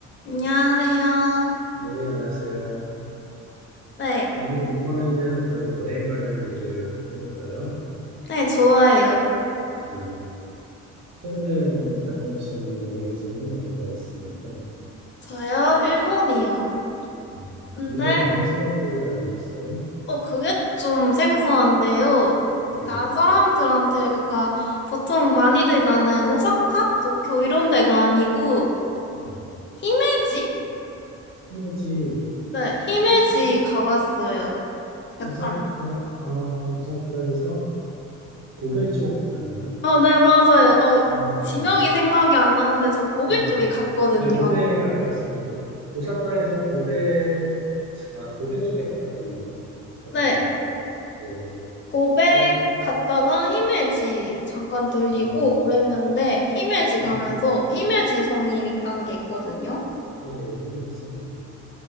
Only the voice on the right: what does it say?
예, 안녕하세요.
A님, 이번에는 그럼 여행 관련 얘기를 해볼까요?
네. 최근에 다녀오신 여행지는 어디가 있습니까?
음,
일본 어느 지역으로 다녀오셨어요?
네.
음,
히메지,
히메지는
오사카, 아, 오사카에서 고베 쪽 아닌가?
아, 네.
네,
네, 고베에 가깝습니다. 그 오사카에서 고베, 아, 고베 쪽에 가깝겠네요. 오사카시는
말고. 네.
어,
아,
네,
네, 홍지성.